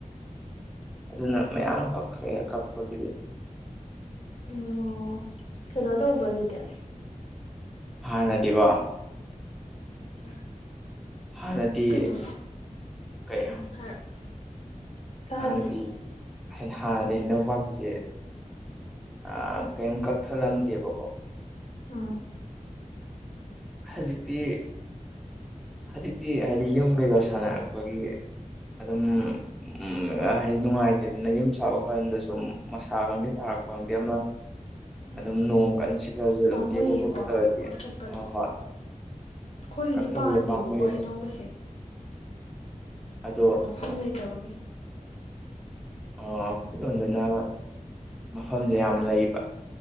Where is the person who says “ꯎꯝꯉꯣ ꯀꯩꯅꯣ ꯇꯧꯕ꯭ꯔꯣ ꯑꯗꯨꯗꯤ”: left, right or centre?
Left